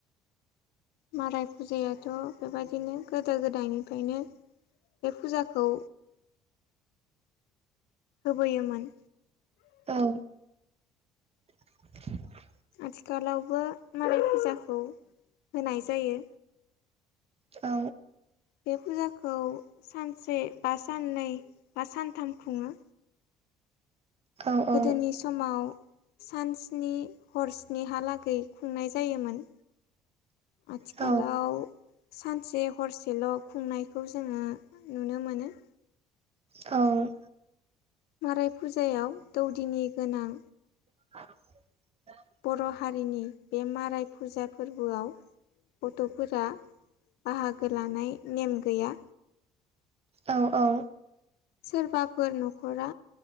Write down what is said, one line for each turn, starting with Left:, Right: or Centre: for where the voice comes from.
Left: माराय फुजायाथ' बेबायदिनो गोदो गोदायनिफ्रायनो बे फुजाखौ होबोयोमोन
Right: औ <inaudible>
Left: आथिखालावबो मालाय फुजाखौ होनाय जायो
Right: औ
Left: बे फुजाखौ सानसे बा साननै बा सानथाम खुङो
Right: औ
Left: गोदोनि
Right: औ
Left: समाव सान सनि हरस्निहालागै खुंनाय जायोमोन आथिखालाव
Right: औ
Left: सानसे हरसेल' खुंनायखौ जोङो नुनो मोनो
Right: औ
Left: बाराय फुजायाव दौदिनि गोनां
Right: <unintelligible>
Left: बर' हारिनि बे माराय फुजा फोरबोआव गथ'फोरा बाहागो लानाय नेम गैया
Right: औ-औ
Left: सोरबाफोर न'खरा